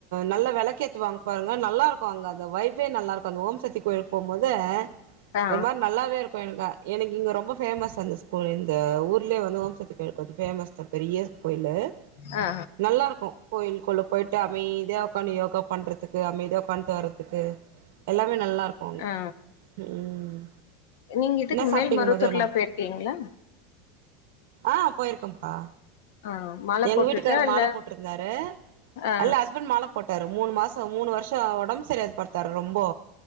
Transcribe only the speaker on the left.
ஆ
ஆ
ஆ
நீங்க இதுக்கு
மேல் மருவத்தூர்லா
போயிருக்கீங்களா
ஆ மால
போட்டுட்டா
இல்ல
ஆ